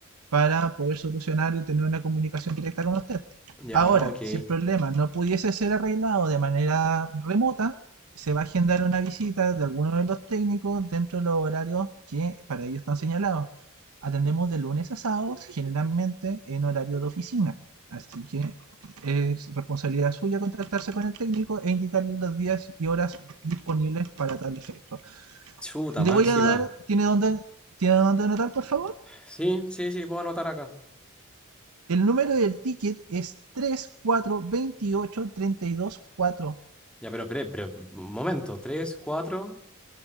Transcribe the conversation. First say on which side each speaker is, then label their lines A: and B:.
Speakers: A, on the right; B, in the centre.
A: para poder solucionar y tener una comunicación directa con usted.
B: ya,
A: Ahora,
B: ok.
A: si el problema no pudiese ser arreglado de manera remota, se va a agendar una visita de alguno de los técnicos dentro de los horarios que para ellos están señalados. Atendemos de lunes a sábados, generalmente en horario de oficina. Así que es responsabilidad suya contactarse con el técnico e indicarle los días y horas disponibles para tal efecto.
B: Chuta,
A: Le
B: más
A: voy
B: encima.
A: a dar, ¿tiene dónde, ¿tiene dónde anotar, por favor?
B: Sí, sí, sí, puedo anotar acá.
A: El número del ticket es tres cuatro veintiocho treinta y dos cuatro
B: Ya, pero, pero, pero, un momento, 3, 4,